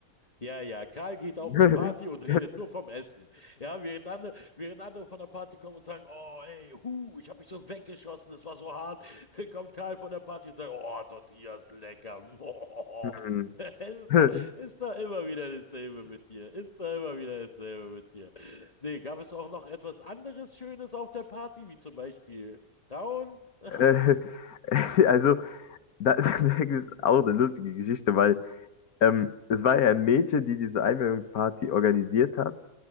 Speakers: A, on the left; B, on the left.
A: Ja, ja, Karl geht auf
B: <laughs>
A: eine Party und redet nur vom Essen. Ja, während andere, während andere von der Party kommen und sagen, oh, ey, hu, ich habe mich so weggeschossen, das war so hart, <laughs> kommt Karl von der Party und sagt, oh, Tortillas, lecker. <laughs>
B: Hm.
A: Es ist
B: <laughs> Äh,
A: da, ist da immer wieder dasselbe mit dir. Ist da immer wieder dasselbe mit dir. Nee, gab es auch noch etwas anderes Schönes auf der Party, wie zum Beispiel Frauen? <laughs>
B: <laughs> Also, da, <laughs> da ist auch eine lustige Geschichte, weil Ähm, es war ja ein Mädchen, die diese Einweihungsparty organisiert hat.